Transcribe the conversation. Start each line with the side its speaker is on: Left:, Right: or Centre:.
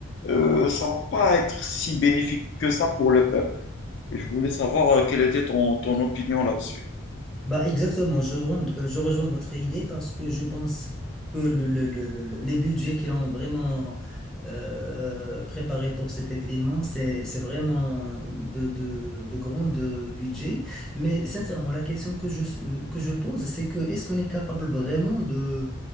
Left: euh, ça va pas être si bénéfique que ça pour le peuple. Et je voulais savoir euh, quelle était ton, ton opinion là-dessus.
Centre: Bah exactement, je, rend- euh, je rejoins votre idée parce que je pense que le- le- le- le- le- les budgets qui ont vraiment euh, préparé pour cet événement, c'est, c'est vraiment de, de, de grands euh, budgets. Mais sincèrement, la question que je, euh, que je pose, c'est que est-ce qu'on est capable vraiment de,